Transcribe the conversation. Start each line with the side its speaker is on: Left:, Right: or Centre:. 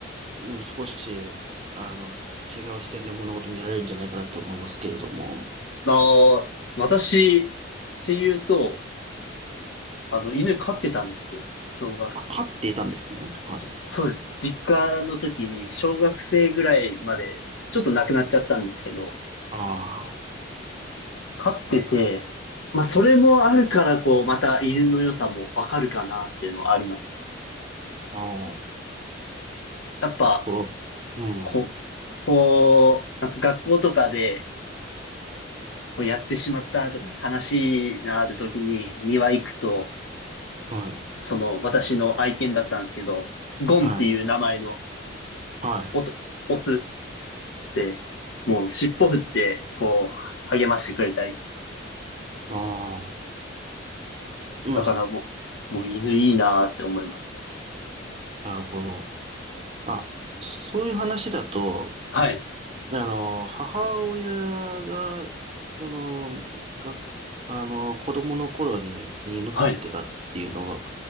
Right: うん、少し、あの、違う視点で物事見られるんじゃないかなって思いますけれども、
Left: あー、私、っていうと、あの、犬飼ってたんですよ。小学、
Right: あ、飼っていたんですね。はい。
Left: そうです。実家の時に、小学生ぐらいまで、ちょっと亡くなっちゃったんですけど、
Right: あ
Left: 飼ってて、まあ、それもあるから、こう、また犬の良さもわかるかなっていうのはあります。
Right: あ、ああ、
Left: やっぱ、
Right: そう。うん。
Left: ここう、なんか学校とかで、こうやってしまったとか悲しいなある時に庭行くと、
Right: はい。
Left: その私の愛犬だったんですけど、ゴンっていう名前の
Right: はい。はい。
Left: おと、オスって、もう尻尾振って、こう、励ましてくれたり。
Right: ああ、まあ、
Left: だからもう、もう犬いいなあって思います。
Right: なるほど。あ、そういう話だと、
Left: はい。
Right: あの、母親が、その、が、あの、子供の頃に犬飼ってたっていうのを
Left: はい。